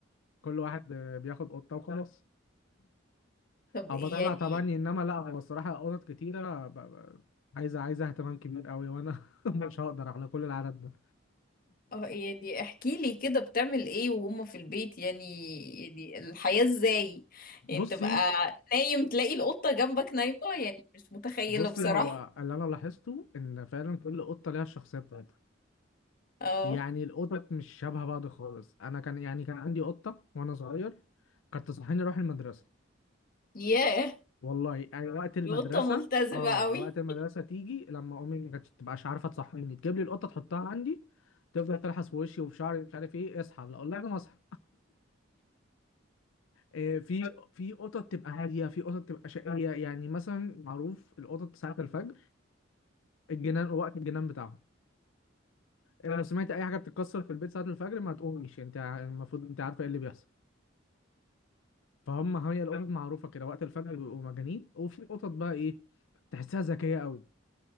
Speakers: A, on the left; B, on the left.
A: كل واحد آه، بياخد قطة وخلاص
B: طب
A: أو
B: إيه
A: بطلع
B: يعني
A: طبعا إنما لا هو الصراحة قطط كتيرة ب- ب- عايزة عايزة اهتمام كبير قوي وأنا <laughs> مش هقدر على كل العدد ده
B: اه يعني احكي لي كده بتعمل ايه وهم في البيت يعني يعني الحياة ازاي يعني
A: بصي
B: تبقى نايم تلاقي القطة جنبك نايمة يعني مش متخيلة
A: بصي
B: بصراحة
A: هو اللي أنا لاحظته إن فعلا كل قطة ليها الشخصية بتاعتها
B: اه
A: يعني القطط مش شبه بعض خالص أنا كان يعني كان عندي قطة وأنا صغير كانت تصحيني أروح المدرسة
B: ياه
A: والله يعني وقت المدرسة
B: دي قطة ملتزمة
A: اه
B: قوي
A: وقت المدرسة تيجي لما امي ما كانتش تبقاش عارفة تصحيني تجيب لي القطة تحطها عندي تفضل تلحس في وشي وفي شعري مش عارف ايه اصحى لا اقول لها انا مصحى آه في في قطط تبقى هادية في قطط تبقى شقية يعني مثلا معروف القطط ساعة الفجر الجنان وقت الجنان بتاعهم آه، لو سمعت اي حاجة بتتكسر في البيت ساعة الفجر ما تقوميش انت ع- المفروض انت عارفة ايه اللي بيحصل فهم هي القطط معروفة كده وقت الفجر بيبقوا مجانين وفي قطط بقى ايه تحسها ذكية قوي